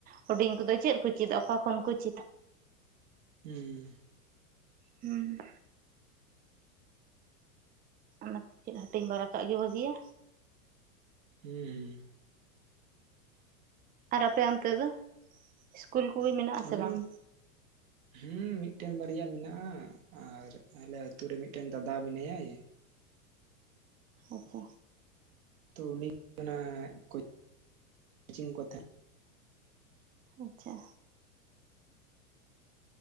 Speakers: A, on the right; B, on the right.
A: ᱦᱩᱰᱤᱧ ᱠᱚᱫᱚ ᱪᱮᱫ ᱠᱚ ᱪᱮᱫᱟ ᱚᱠᱟ ᱠᱷᱚᱱ ᱠᱚ ᱪᱮᱫᱟ
B: ᱦᱩᱸ
A: ᱦᱩᱸ ᱚᱱᱟᱛᱮ ᱪᱮᱫ ᱦᱟᱹᱴᱤᱧ ᱵᱟᱲᱟ ᱠᱟᱜ ᱜᱮ ᱵᱷᱟᱹᱜᱤᱭᱟ
B: ᱦᱩᱸ ᱦᱩᱸ
A: ᱟᱨ ᱟᱯᱮ ᱚᱱᱛᱮ ᱫᱚ ᱤᱥᱠᱩᱞ ᱠᱩᱜᱤ ᱢᱮᱱᱟᱜ ᱟᱥᱮ
B: ᱟᱞᱮ
A: ᱵᱟᱝ
B: <inaudible> ᱦᱩᱸ ᱢᱤᱫᱴᱮᱱ ᱵᱟᱨᱭᱟ ᱢᱮᱱᱟᱜᱼᱟ ᱟᱨ ᱟᱞᱮ ᱟᱛᱳ ᱨᱮ ᱢᱤᱫᱴᱮᱱ ᱫᱟᱫᱟ ᱢᱮᱱᱟᱭᱟᱭ
A: ᱟᱪᱪᱷᱟ
B: ᱛᱚ ᱩᱱᱤ ᱚᱱᱟ ᱠᱳᱪᱤᱝ ᱠᱚ
A: ᱟᱪᱪᱷᱟ